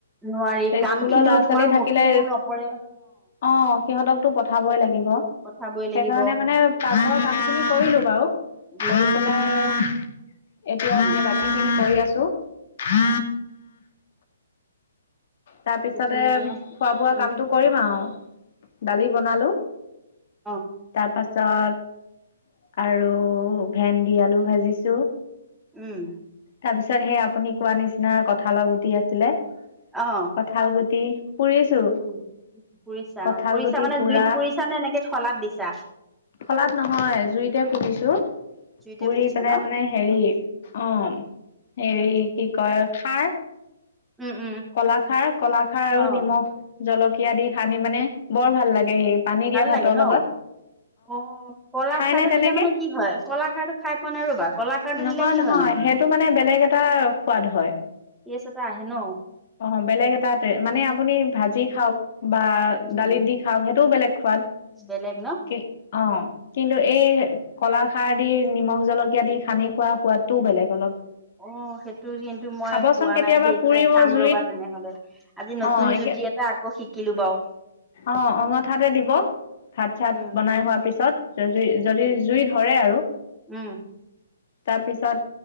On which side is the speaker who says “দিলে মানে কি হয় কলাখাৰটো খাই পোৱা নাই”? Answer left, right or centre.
Centre